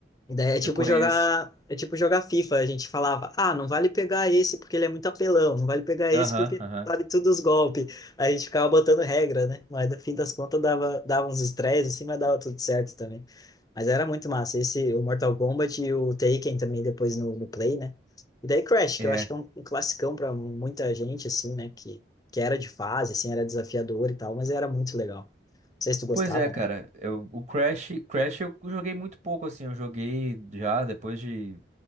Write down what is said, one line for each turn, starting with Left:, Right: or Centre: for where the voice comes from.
Left: E daí é tipo
Right: Eu conheço.
Left: jogar, é tipo jogar FIFA. A gente falava, ah, não vale pegar esse porque ele é muito apelão, não vale pegar
Right: Aham,
Left: esse porque
Right: aham.
Left: sabe tudo os golpes. Aí a gente ficava botando regra, né? Mas no fim das contas dava, dava uns estresses assim, mas dava tudo certo também. Mas era muito massa. Esse, o Mortal Kombat e o Taken também depois no, no Play, né? E daí Crash, que
Right: É.
Left: eu acho que é um, um classicão pra muita gente, assim, né? Que, que era de fase, assim, era desafiador e tal, mas era muito legal. Não sei se tu gostava,
Right: Pois é, cara.
Left: né?
Right: Eu, o Crash, Crash eu joguei muito pouco, assim. Eu joguei já depois de